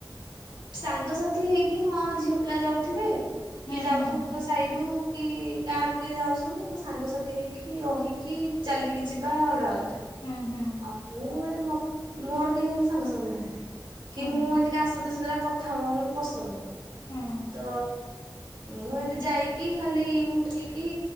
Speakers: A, on the right; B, on the left.
A: ସାଙ୍ଗସାଥି ହେଇକି ହଁ ଝିଅ ପିଲା ଯାଉଥିବେ। କିଏ
B: ହୁଁ
A: ଯାଉଛନ୍ତି
B: ହୁଁ
A: ତ ସାହିରୁ କି ଗାଁ ରୁ କିଏ ଯାଉଛନ୍ତି ମୋ ସାଙ୍ଗସାଥି ହେଇକି କି ରହିକି ଚାଲିକି ଯିବା ଅଲଗା କଥା।
B: ହୁଁ ହୁଁ।
A: ଆଉ ମୁଁ ଏ ମୋ ମୋର କେହି ହେମିତି ସାଙ୍ଗ ସାଥୀ ନାହାନ୍ତି। କି
B: ହୁଁ
A: ମୁଁ ଏନ୍ତୀ କା ସହିତ ସତରେ ସେତେବେଳେ କଥା ହବାକୁ ମତେ ପସନ୍ଦ ନୁହେଁ।
B: ହୁଁ
A: ତ ମୁଁ ଏମିତି ଯାଇକି ଖାଲି ଉଠେଇକି